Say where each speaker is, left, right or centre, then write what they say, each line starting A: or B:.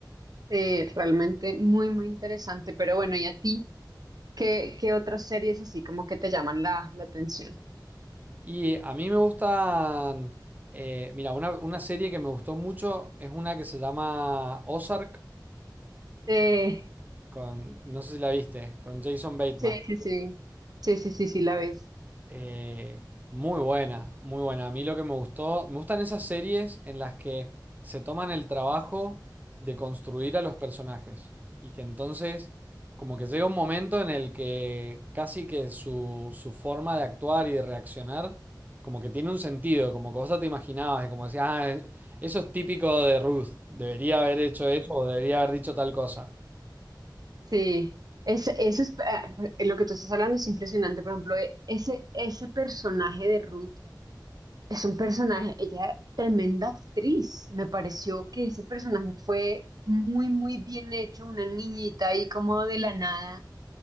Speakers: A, on the right; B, on the right.
A: eh, realmente muy, muy interesante. Pero bueno, ¿y a ti? ¿Qué, qué otras series así como que te llaman la, la atención?
B: Y a mí me gustan, eh, mira, una, una serie que me gustó mucho es una que se llama Ozark,
A: Sí,
B: con, no sé si la viste, con Jason Bateman.
A: sí, sí, sí, sí, sí, sí, sí, la ves.
B: Eh, muy buena, muy buena. A mí lo que me gustó, me gustan esas series en las que se toman el trabajo de construir a los personajes y que entonces como que llega un momento en el que casi que su, su forma de actuar y de reaccionar como que tiene un sentido, como que vos ya te imaginabas, y como decías, ah, eso es típico de Ruth, debería haber hecho eso o debería haber dicho tal cosa.
A: Sí, es, eso es, eh, lo que tú estás hablando es impresionante. Por ejemplo, eh, ese, ese personaje de Ruth. Es un personaje, ella tremenda actriz. Me pareció que ese personaje fue muy, muy bien hecho, una niñita ahí como de la nada,